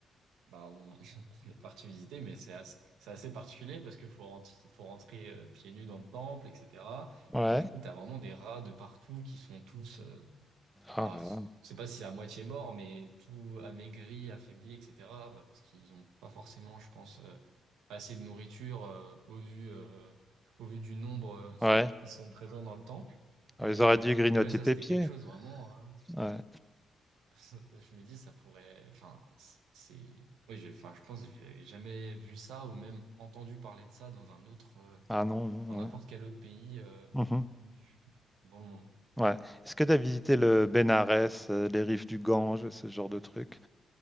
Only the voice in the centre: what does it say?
Ouais.
Oh
là
là.
Ouais.
Ah,
ils auraient
dû grignoter
tes
pieds.
Ouais.
Ah non, non,
ouais.
Mmh
Ouais. Est-ce que tu as visité le Bénarès, heu, les rives du Gange, ce genre de truc?